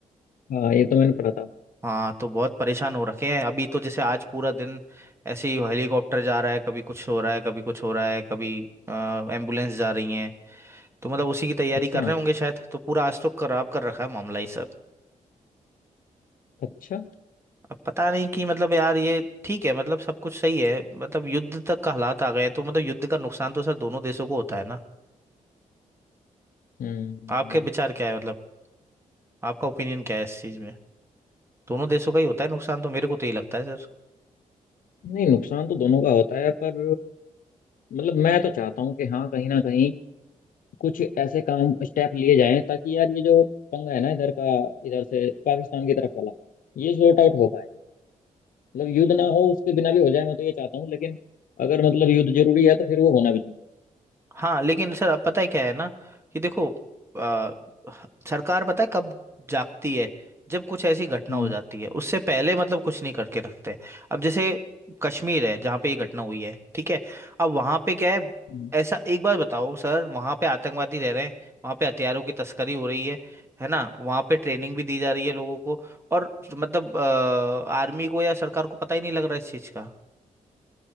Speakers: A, on the left; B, on the right.
A: हाँ ये तो मैंने पढ़ा था
B: हाँ तो बहुत परेशान हो रखे हैं अभी तो जैसे आज पूरा दिन ऐसे ही हेलीकॉप्टर जा रहा है कभी कुछ हो रहा है कभी कुछ हो रहा है कभी एम्बुलेंस जा रही है तो मतलब उसी की तैयारी
A: अच्छा
B: कर रहे होंगे शायद तो पूरा आज तो खराब कर रखा है मामला ही सब
A: अच्छा
B: अब पता नहीं कि मतलब यार ये ठीक है मतलब सब कुछ सही है मतलब युद्ध तक का हालात आ गए हैं तो मतलब युद्ध का नुकसान तो सर दोनों देशों को होता है ना
A: हम्म
B: आपके विचार क्या है मतलब आपका ओपिनियन क्या है इस चीज में दोनों देशों का ही होता है नुकसान तो मेरे को तो यही लगता है सर
A: नहीं नुकसान तो दोनों का होता है पर मतलब मैं तो चाहता हूँ कि हाँ कहीं ना कहीं कुछ ऐसे काम स्टेप लिए जाएं ताकि यार ये जो पंगा है ना इधर का इधर से पाकिस्तान की तरफ वाला ये सॉर्ट आउट हो पाए मतलब युद्ध ना हो उसके बिना भी हो जाए मैं तो ये चाहता हूँ लेकिन अगर मतलब युद्ध जरूरी है तो फिर वो होना भी चाहिए
B: हाँ लेकिन सर अब पता है क्या है ना कि देखो आ, सरकार पता है कब जागती है जब कुछ ऐसी घटना
A: हम्म
B: हो जाती है उससे पहले मतलब कुछ नहीं करके रखते अब जैसे कश्मीर है जहाँ पे ये घटना हुई है ठीक है अब वहाँ पे क्या है
A: हम्म।
B: ऐसा एक बार बताओ सर वहाँ पे आतंकवादी रह रहे हैं वहाँ पे हथियारों की तस्करी हो रही है है ना वहाँ पे ट्रेनिंग भी दी जा रही है लोगों को और मतलब आर्मी को या सरकार को पता ही नहीं लग रहा इस चीज़ का